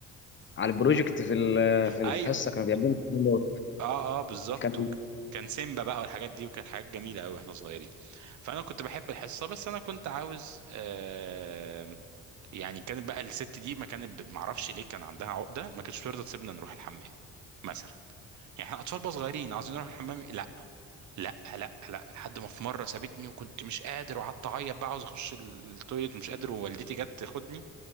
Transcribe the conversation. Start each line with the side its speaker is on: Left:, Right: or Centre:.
Left: على البروجكت في ال- في الحصه
Right: ايوه
Left: كانوا بيعملوا الكلام ده.
Right: اه اه بالظبط
Left: كان
Right: وك- كان سيمبا بقى والحاجات دي وكانت حاجات جميله قوي واحنا صغيرين فانا كنت بحب الحصه بس انا كنت عاوز آه يعني كانت بقى الست دي ما كانت ب- معرفش ليه كان عندها عقده ما كانتش ترضى تسيبنا نروح الحمام مثلا يعني احنا اطفال بقى صغيرين عاوزين نروح الحمام لا لا لا لا لحد ما في مره سابتني وكنت مش قادر وقعدت اعيط بقى عاوز اخش ال- التويليت مش قادر ووالدتي جت تاخدني